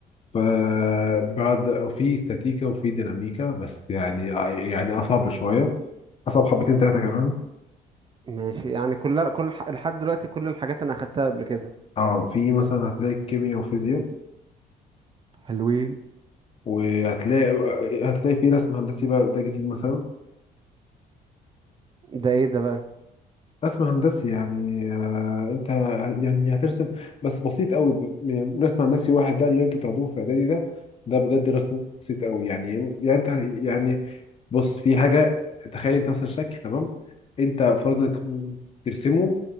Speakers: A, on the left; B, on the right.
A: فبعد وفي استاتيكا وفي ديناميكا بس يعني يعني اصعب شويه اصعب حبتين ثلاثه كمان
B: ماشي يعني كل كل ح- لحد دلوقتي كل الحاجات انا اخدتها قبل كده
A: اه في مثلا هتلاقي كيمياء وفيزياء
B: حلوين
A: وهتلاقي هتلاقي في رسم هندسي بقى ده جديد مثلا
B: ده ايه ده بقى
A: رسم هندسي يعني آه، انت يعني هترسم بس بسيط قوي ب- ب- رسم هندسي واحد ده اللي انتوا بتاخدوه في اعدادي ده ده بجد رسم بسيط قوي يعني يعني انت يعني بص في حاجه تخيل انت مثلا شكل تمام انت فاضلك ترسمه